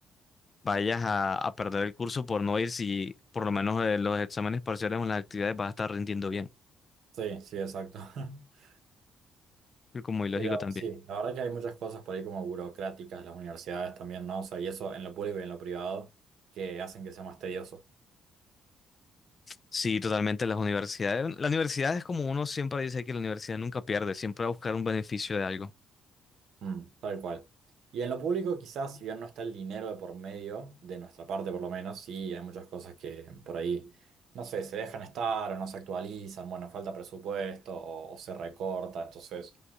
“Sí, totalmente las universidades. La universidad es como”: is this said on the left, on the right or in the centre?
Left